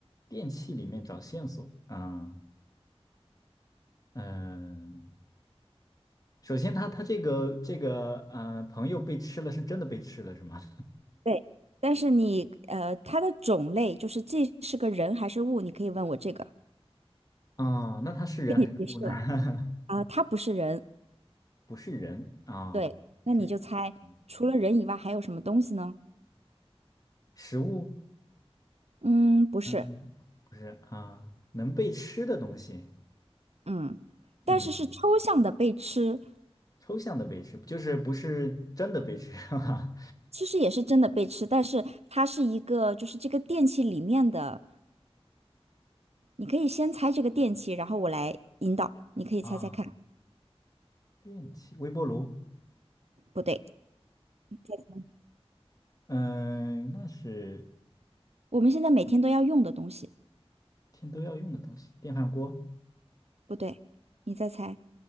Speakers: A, on the left; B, on the right.
A: 电器里面找线索，啊，嗯，首先他他这个这个嗯朋友被吃了是真的被吃了是吗？
B: 对，但是你呃，它的种类就是这是个人还是物，你可以问我这个，
A: 啊，那它是人还是物呢？
B: 给你提示了。
A: <laughs>
B: 啊，它不是人，
A: 不是人啊，
B: 对，那你就猜，
A: 是嗯
B: 除了人以外还有什么东西呢？
A: 食物，
B: 嗯，不是，
A: 嗯，不是啊，能被吃的东西，
B: 嗯，
A: 嗯，
B: 但是是抽象的被吃，
A: 抽象的被吃，就是不是真的被吃，<laughs> 哈哈。
B: 其实也是真的被吃，但是它是一个，就是这个电器里面的，你可以先猜这个电器，然后我来引导，你可以猜猜看，
A: 啊，电器，微波炉，
B: 不对，再
A: 嗯，那是
B: 我们现在每天都要用的东西，
A: 天都要用的东西，电饭锅，
B: 不对，你再猜，